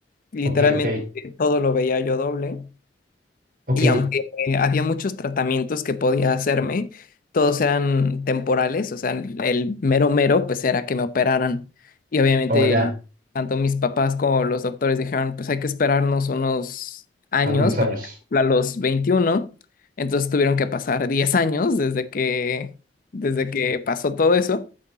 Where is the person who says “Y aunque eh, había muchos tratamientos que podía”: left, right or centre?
Left